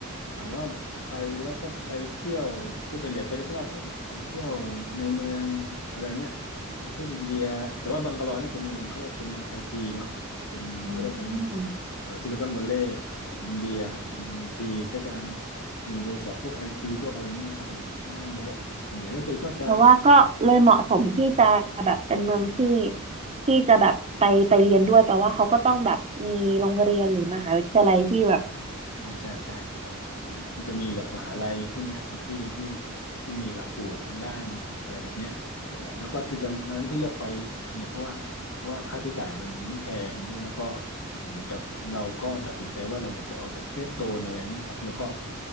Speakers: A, on the left; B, on the right.
A: ถามว่าไปแล้วก็ไปเที่ยวคือส่วนใหญ่ไปแรกๆก็แบบไปเที่ยวในเมืองอะไรเงี้ยประเทศอินเดียแต่ว่าบังกะโลเนี่ยเป็นเมืองเขาเรียกเป็นเมืองไอทีเนาะเออเป็นเขาเรียกเป็น
B: อืม
A: เออซิลิคอนวัลเลย์ของอินเดียอ่าเป็นเมืองไอทีก็จะมีบริษัทพวกไอทีพวกอะไรเงี้ยครับอยู่ค่อนข้างเยอะเออส่วนใหญ่ก็คือก็จะ
B: แต่ว่าก็เลยเหมาะสมที่จะแบบเป็นเมืองที่ที่จะแบบไปไปเรียนด้วยแปลว่าเขาก็ต้องแบบมีโรงเรียนหรือมหาวิทยาลัยที่แบบ
A: ใช่ใช่ใช่ใช่เออก็จะมีแบบมหาลัยพวกเนี้ยครับที่ที่ที่มีหลักสูตรทางด้านอะไรแบบเนี้ยเออแล้วก็ที่ตอนนั้นที่เลือกไปเนี่ยเพราะว่าเพราะว่าค่าใช้จ่ายมันไม่แพงด้วยแล้วก็เหมือนกับเราก็ตัดสินใจว่าเราอยากจะออกจากเซฟโซนอะไรเนี่ยครับแล้วก็